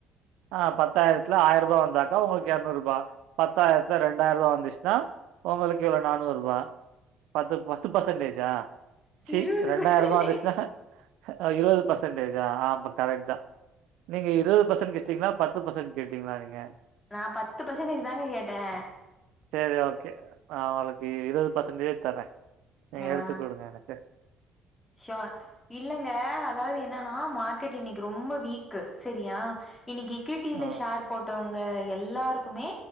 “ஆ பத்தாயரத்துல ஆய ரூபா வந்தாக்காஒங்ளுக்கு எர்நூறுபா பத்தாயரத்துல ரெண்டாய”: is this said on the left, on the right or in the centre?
Right